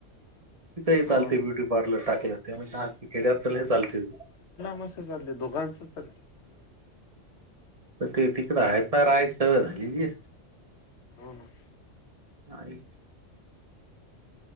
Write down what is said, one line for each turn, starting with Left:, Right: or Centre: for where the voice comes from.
Right: तिथंही
Left: हो
Right: चालते
Left: ना
Right: ब्युटी पार्लर टाकलं त्या खेड्यात लय चालते.
Left: मस्त चालते दोघांच चालते.
Right: अग <unintelligible> तिकडं हायफाय राहायची सवय झाली बी
Left: हो ना.
Right: आहेत.